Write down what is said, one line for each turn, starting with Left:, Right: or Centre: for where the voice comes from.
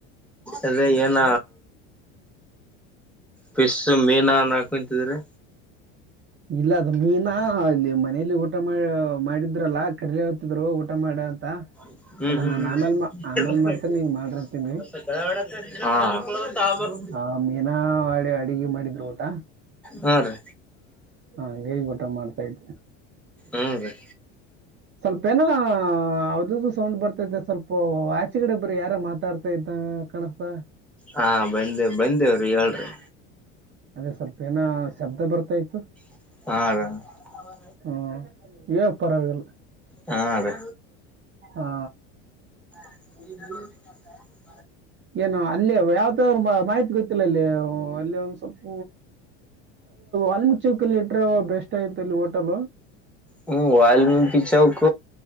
Centre: ಅದ ಏನ. ಪಿಸ್ ಮೀನ ನಕ್ ಕುಂತಿದ್ರಿ.
Right: ಇಲ್ಲ ಅದು ಮೀನಾ ಅಲ್ಲಿ ಮನಲಿ ಊಟ ಮಾಡ. ಮಾಡಿದ್ರಲ್ಲಾ ಕರಿಲೆ ಹೋಗ್ತಿದ್ರು ಊಟ ಮಾಡ ಅಂತ.
Centre: ಹ್ಮ್
Right: ಇಲ್ಲ ನಾನು ಆಮೇಲೆ ಮಾ
Centre: ಹ್ಮ್
Right: ಆಮೇಲೆ ಮಾಡ್ತೀನಿ ಈಗ ಮಾಡ್ರಿ ಅಂತೀನಿ
Centre: ಹ್ಮ್ ಹ್ಮ.
Right: ಹಾ ಮೀನಾ ಅಡಿ ಅಡುಿಗೆ ಮಾಡಿದ್ರು ಊಟ.
Centre: ಹಾ ರೀ
Right: ಹಂಗಾಗಿ ಊಟ ಮಾಡ್ತಾ ಇದ್ವಿ
Centre: ಹ್ಮ್ ರೀ.
Right: ಸ್ವಲ್ಪ ಏನ ಯಾವ್ದ್ದು ಸೌಂಡ್ ಬರ್ತೈತೆ ಸ್ವಲ್ಪ. ಅ ಆಚೆಗಡೆ ಬರ ಯಾರ ಮಾತಾಡ್ತಾ ಇದ್ದ ಕಾಣಸ್ತ.
Centre: ಹಾ ಬಂದೆ ಬಂದೇವ್ರಿ ಹೇಳ್ರರಿ.
Right: ಅಂದ್ರೆ ಸ್ವಲ್ಪ ಏನ ಶಬ್ದ ಬರ್ತಾ ಇತತ್ತು.
Centre: ಹ.
Right: ಹ್ಮ ಯಗ್ ಪರವಾಗಿಗೆಲ್ಲ.
Centre: ಹಾ ಅದೇ.
Right: ಹಾ.
Centre: <unintelligible>
Right: ಏನು ಅಲ್ಲಿ ಯಾವತ್ರ ಮಾಹಿತಿ ಗೊತ್ತಿಲ್ಲ ಅಲ್ಲಿ. ಅಲ್ಲಿ ಒಂದ್ ಸ್ವಲ್ಪ ಆಲ್ಮೀಗ್ ಚೌಕಲ್ಲಿ ಇಟ್ರ ಬೆಸ್ಟ್ ಆಯತ ಅಲ್ಲಿ ಹೋಟೆಲ್.
Centre: ಹ್ಮ್ ವಾಲ್ಮೀಕಿ ಚೌಕ